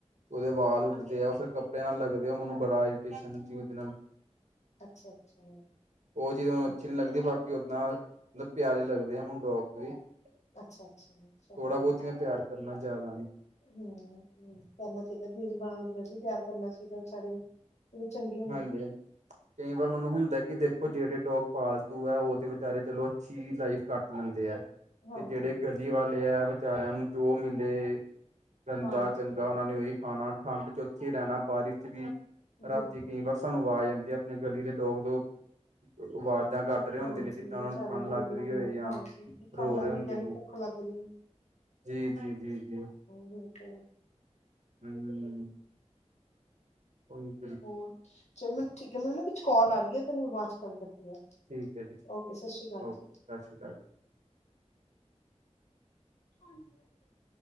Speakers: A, on the right (about 80°); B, on the left (about 75°).
A: ਉਹ, ਦੇ ਵਾਲ ਉੱਡਦੇ ਆ, ਫਿਰ ਕੱਪੜਿਆਂ ਨਾਲ ਲਗਦੇ ਆ, ਉਹ ਮੈਨੂੰ ਬੜਾ ਇਰੀਟੇਸ਼ਨ ਦੇ ਨਾਲ
B: ਅੱਛਾ ਅੱਛਾ
A: ਉਹ ਚੀਜ਼, ਮੈਨੂੰ
B: ਠੀਕ
A: ਅੱਛੀ ਨਈ ਲੱਗਦੀ, ਬਾਕੀ ਓਦਾਂ ਮਤਲਬ, ਪਿਆਰੇ ਲੱਗਦੇ ਆ ਮੈਨੁ ਡੋਗੀ। ਥੋੜਾ
B: ਅੱਛਾ ਅੱਛਾ ਚਲੋ
A: ਬਹੁਤ ਮੈਂ, ਪਿਆਰ ਕਰਨਾ ਜ਼ਿਆਦਾ ਨੀ
B: ਹੂ ਕਰਨਾ ਚਾਹੀਦਾ, ਬੇ ਜੁਬਾਨ ਨੂ, ਵੈਸੇ ਵੀ ਪਿਆਰ ਕਰਨਾ ਚਾਹੀਦਾ। ਵੀਚਾਰੇ ਫੇਰ ਚੰਗੀ
A: ਹਾਂਜੀ ਕਈ ਵਾਰ, ਮੈਨੂੰ ਹੁੰਦਾ ਕਿ ਦੇਖੋ ਜਿਹੜੇ ਡੋਗ ਪਾਲਤੂ ਹੈ। ਉਹ ਤੇ ਵਿਚਾਰੇ ਚਲੋ ਅੱਛੀ ਲਾਈਫ, ਕੱਟ ਲੈਂਦੇ ਹੈ ਤੇ
B: ਹਾਂਜੀ
A: ਜਿਹੜੇ ਗਲੀ ਵਾਲੇ ਹੈ, ਵਿਚਾਰਿਆਂ ਨੂੰ ਜੋ ਮਿਲੇ ਗੰਦਾ,
B: ਹਾਂਜੀ
A: ਚੰਗਾ, ਉਹਨਾ ਨੇ ਉਹੀ ਖਾਣਾ, ਠੰਡ ਚ ਉੱਥੇ ਰਹਿਣਾ ਬਾਰਿਸ਼ ਚ, ਵੀ ਰਾਤੀ
B: ਬਿਲਕੁਲ
A: ਕਈ ਵਾਰ ਸਾਨੂੰ, ਆਵਾਜ਼ ਆਉਦੀ ਹੈ, ਆਪਣੇ ਗਲੀ ਦੇ ਡੋਗ ਦੋ ਆਵਾਜ਼ਾਂ ਕੱਢ ਰਹੇ ਹੁੰਦੇ
B: ਹਾਂਜੀ
A: ਨੇ, ਜਿੱਦਾਂ ਉਹਨਾਂ
B: ਵਿਚਾਰੇ
A: ਨੂੰ ਠੰਢ,
B: ਜ਼ਰੂਰੀ
A: ਲੱਗ
B: ਹੁੰਦੇ
A: ਰਹੀ ਹੋਏ
B: ਨੇ
A: ਜਾਂ
B: ਹਾਂਜੀ ਠੰਡ
A: ਰੋ
B: ਲੱਗ
A: ਰਹੇ
B: ਰਹੀ
A: ਹੁੰਦੇ
B: ਏ, ਜਾ ਏਨੂੰ,
A: ਨੇ
B: ਭੁੱਖ ਲੱਗ ਰਹੀ, ਏ
A: ਜੀ, ਜੀ, ਜੀ, ਜੀ।
B: ਬਿਲਕੁਲ
A: ਆਦੇ ਨੇ ਓਹੀ
B: ਹੋਰ, ਚਲ ਮੈਨੂੰ ਠੀਕ ਹੈ, ਮੈਨੂੰ ਨਾ ਪਿੱਛੇ ਕਾਲ ਆ ਰਹੀ ਹੈ, ਤੈਨੂੰ ਬਾਅਦ ਚ ਗੱਲ ਕਰਦੀ ਹਾਂ
A: ਠੀਕ ਹੈ ਜੀ
B: ਓਕੇ, ਸਤਿ ਸ਼੍ਰੀ ਅਕਾਲ
A: ਓਕੇ
B: ਜੀ।
A: ਸਤਿ ਸ੍ਰੀ ਅਕਾਲ
B: ਛਣ ਮ <inaudible>